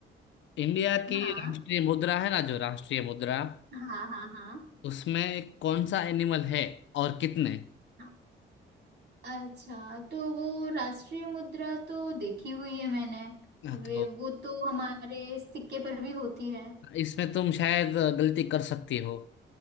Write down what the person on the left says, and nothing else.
इंडिया की
राष्ट्रीय मुद्रा है ना जो राष्ट्रीय मुद्रा
उसमें कौन सा एनिमल है और कितने
हाँ,
तो
इसमें तुम शायद गलती कर सकती हो